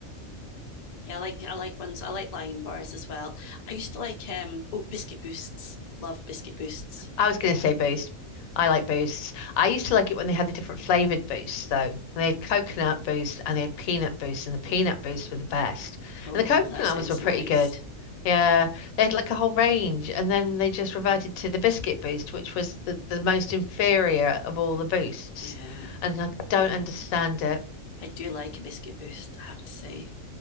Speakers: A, on the left; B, on the left.
A: yeah, I like I like ones I like lion bars as well. I used to like um oh biscuit boosts. Love biscuit boosts.
B: I was going to say boost. I like boosts. I used to like it when they had the different flavored boosts, though. And they had coconut boost and they had peanut boost, and the peanut boosts were the best.
A: Oh,
B: And the coconut
A: that sounds
B: ones were pretty
A: nice.
B: good. Yeah, they had like a whole range, and then they just reverted to the biscuit boost, which was the, the most inferior of all the boosts.
A: Yeah.
B: And I don't understand it.
A: I do like a biscuit boost, I have to say.